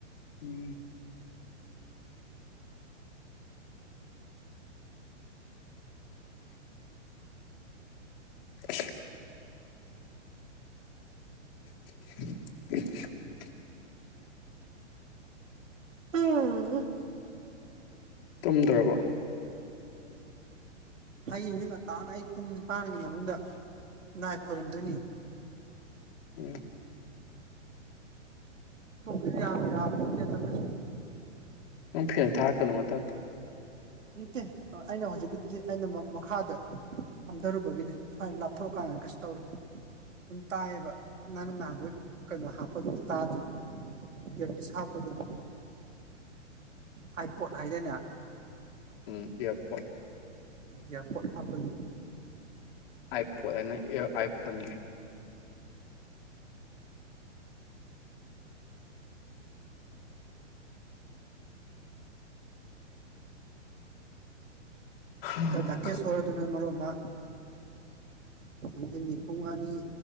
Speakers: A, on the left; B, on the right.
A: ꯎꯝ ꯏꯝꯝ ꯏꯃꯝ
B: ꯎꯝ
A: ꯇꯨꯝꯗ꯭ꯔꯕ
B: ꯍꯌꯦꯡꯁꯤ ꯉꯇꯥꯅ ꯑꯌꯛ ꯄꯨꯡ ꯅꯤꯄꯥꯟꯒꯤ ꯃꯅꯨꯡꯗ ꯅꯥꯥꯏ ꯈꯣꯏꯔꯝꯗꯣꯏꯅꯤ
A: ꯑ
B: ꯃ ꯌꯥꯃꯦ ꯍꯥ ꯄꯣ ꯆꯦꯗ ꯀꯁꯨ
A: ꯅꯨꯡꯐꯤꯅ ꯊꯥꯀꯅꯨ ꯃꯇꯪ
B: ꯏꯠꯇꯦ ꯑꯩꯅ ꯍꯧꯖꯤꯛꯀꯤꯗꯤ ꯑꯩꯅ ꯃꯈꯥꯗ ꯐꯝꯊꯔꯨꯕꯒꯤꯅꯤ ꯁꯨꯃꯥꯏꯅ ꯂꯥꯞꯊꯣꯛꯑꯀꯥꯟꯗ ꯀꯩꯁꯨ ꯇꯧꯔꯤ ꯑꯗꯨꯝ ꯇꯥꯏꯌꯦꯕ ꯅꯅ ꯅꯍꯥꯡꯕ ꯀꯩꯅꯣ ꯍꯥꯞꯄꯒꯤ ꯇꯥꯗ꯭ꯔꯤꯗꯣ ꯁꯥ ꯇꯒꯗ ꯍꯥꯏ ꯄꯣꯠ ꯍꯥꯏꯗꯅ
A: ꯎꯝ ꯌꯥꯄ
B: ꯌꯥꯌꯥ ꯄꯠꯥꯞ ꯂꯩ
A: ꯑꯥꯏ ꯄꯣꯠ ꯍꯥꯏꯅ ꯑꯥꯏꯐꯣꯟꯒꯤ ꯍꯥ
B: ꯇꯥꯛꯀꯦ ꯁꯣꯔꯣꯗꯨꯅ ꯃꯔꯛ ꯑꯃ ꯅꯨꯡꯊꯤꯤꯟꯒꯤ ꯄꯨꯡ ꯑꯅꯤ